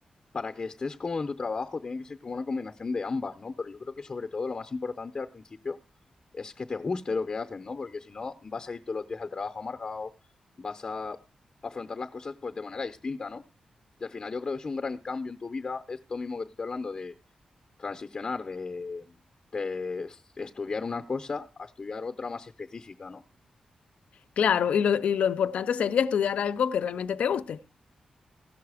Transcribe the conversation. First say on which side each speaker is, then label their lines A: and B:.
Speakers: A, on the left (about 40°); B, on the left (about 85°).
A: para que estés cómodo en tu trabajo, tiene que ser como una combinación de ambas, ¿no? Pero yo creo que sobre todo lo más importante al principio es que te guste lo que haces, ¿no? Porque si no, vas a ir todos los días al trabajo amargado, vas a afrontar las cosas pues de manera distinta, ¿no? Y al final yo creo que es un gran cambio en tu vida, esto mismo que te estoy hablando de transicionar de, de estudiar una cosa a estudiar otra más específica, ¿no?
B: Claro, y lo, y lo importante sería estudiar algo que realmente te guste.